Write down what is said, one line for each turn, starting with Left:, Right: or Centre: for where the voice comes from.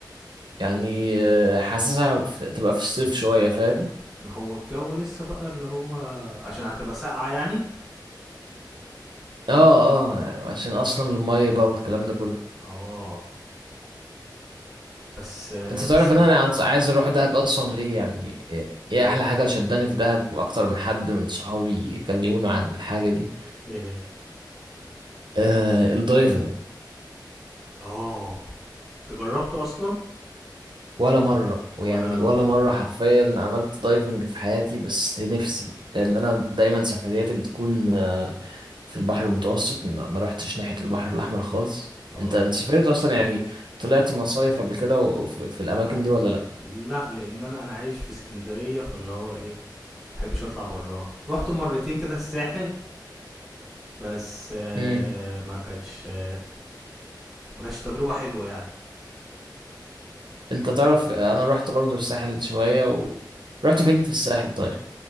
Right: يعني آه، حاسسها في- تبقى في الصيف شوية فاهم
Centre: ما هو الجو لسه بقى اللي هو عشان هتبقى ساقعة يعني
Right: اه اه يعني عشان اصلا المية بقى والكلام ده كله
Centre: اه بس آه
Right: انت تعرف
Centre: بس
Right: ان
Centre: م...
Right: انا عايز عايز اروح دهب اصلا ليه يعني ايه
Centre: ليه
Right: إيه احلى حاجة شداني في دهب واكتر من حد من صحابي كلموني عن الحاجة دي
Centre: ايه هي
Right: آه الدايفنج
Centre: اه انت جربته اصلا
Right: ولا مرة
Centre: وانا
Right: ويعني
Centre: انا
Right: ولا
Centre: برضه
Right: مرة حرفيا عملت دايفنج في حياتي بس نفسي لأن أنا دايما سفرياتي بتكون آه، في البحر المتوسط ما ما روحتش ناحية البحر الأحمر خالص
Centre: اه
Right: أنت أنت سافرت أصلا يعني طلعت مصايف قبل كده وفي في الأماكن
Centre: أه.
Right: دي ولا لأ؟
Centre: لا لان انا انا عايش في اسكندريه فاللي هو ايه محبش اطلع براها رحت مرتين كده الساحل بس آه
Right: امم
Centre: ما كانتش آه ما كانتش تجربه حلوه يعني
Right: أنت تعرف أنا رحت برضو الساحل شوية و رحت فين في الساحل طيب؟